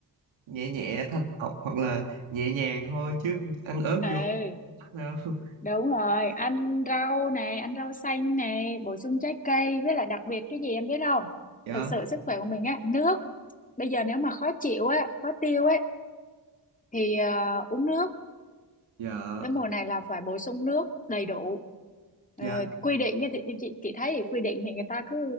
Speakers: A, on the right (about 85°); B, on the left (about 15°).
A: nhẹ nhẹ thanh lọc hoặc là nhẹ nhàng thôi chứ ăn ớt
B: ừ
A: vô chắc sao? <laughs>
B: đúng rồi ăn rau này ăn rau xanh này bổ sung trái cây với lại đặc biệt cái gì em biết không
A: Dạ,
B: thực sự sức khỏe của mình á nước bây giờ nếu mà khó chịu á khó tiêu ấy thì ờ, uống nước
A: dạ,
B: cái mùa này là phải bổ sung nước đầy đủ Ờ,
A: dạ.
B: quy định nha thì chị chị thấy thì quy định thì người ta cứ